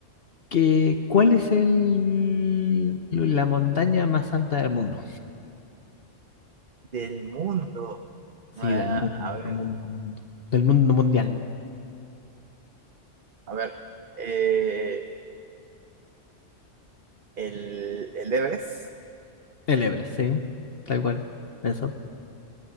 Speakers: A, on the left (about 50°); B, on the right (about 45°).
A: ¿qué- cuál es el, la montaña más alta del mundo?
B: Del mundo.
A: Sí,
B: Ah,
A: del mundo,
B: a ver.
A: mundo, mundo. Del mundo mundial.
B: A ver, eh, el, el Everest.
A: El Everest, sí. Tal cual. Eso.